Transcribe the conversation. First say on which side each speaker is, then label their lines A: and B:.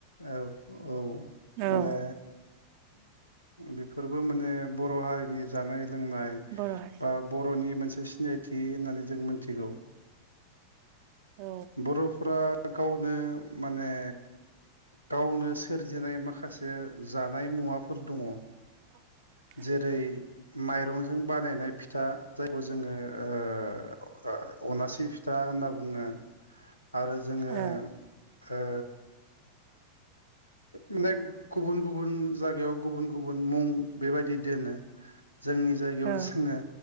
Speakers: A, on the right; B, on the right.
A: औ औ
B: औ
A: माने बेफोरबो माने बर' हारिनि जानाय लोंनाय
B: बर' हारि
A: बा बर'नि मोनसे मोनसे सिनायथि होननानै जों मोनथिगौ
B: औ
A: बर'फोरा गावनो माने गावनो सोरजिनाय माखासे जानाय मुवाफोर दङ।
B: <inaudible>
A: जेरै माइरंजों बानायनाय फिथा जायखौ जोङो ओ अनासि फिथा होनना बुङो। आरो जोङो
B: औ
A: ओ माने गुबुन गुबुन जायगायाव गुबुन गुबुन मुं बेबायदि दोनो। जोंनि जायगायाव
B: औ
A: जोङो